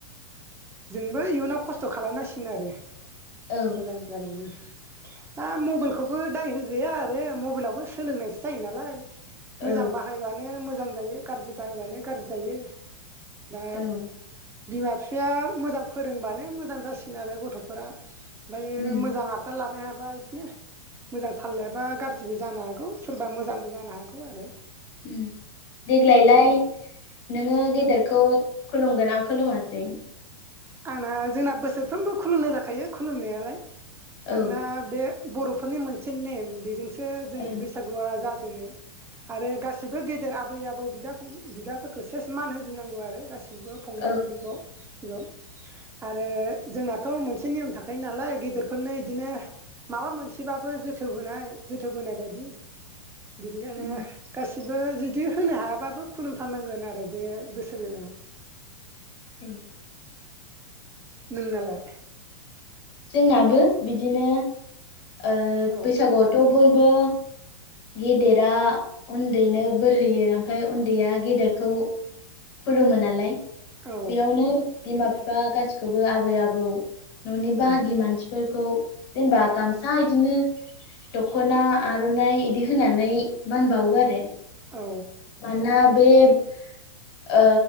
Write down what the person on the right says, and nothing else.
जोंबो इयुनाव खस्थ' खालामनांसिनो आरो
मोजां जानायनि दा मबाइलखौबो दाय होजाया आरो मबाइलावबो सोलोंनायसो जायो नालाय मोजां
बाहायबानो मोजां मोजां जायो गारजि बाहायबानो गारजि जायो दा
बिमा बिफाया मोजां फोरोंबानो मोजां जासिगोन आरो गथ'फोरा ओमफ्राय
मोजां आबदाल लानो हा बा इदिनो मोजां थाल लायाबा गारज बो जानो हागौ सोरबा मोजांबो जानो हागौ आरो
आंना जोंना बोसोरफ्रोमबो खुलुमनाय जाखायो खुलुमनायालाय मानोना
बे बर'फोरनि मोनसे नेम बेजों सो जोंनि
बैसागुआ जा जोंङो। आरो गासिबो गेदेर आबै आबौ बिथ दा फं बिदाफोरखौ सेस मान होजोबनांगौ आरो गाैस बिब' फंबाय
बिब'। य। आरो जोंना' मोनसे नियम थाखायो नालाय गेदेरफोरनो इदिनो माबा मोनसेबाबो जोथोब होनोनाय जोथोब होनायबायदि। बिदिखायनो
गासिबो‌। जिदि होनो हायाबाबो खुलुमथारनांगोन आरो बे बोसोर गोदान
नोंनालाय।
औ
औ
उम
औ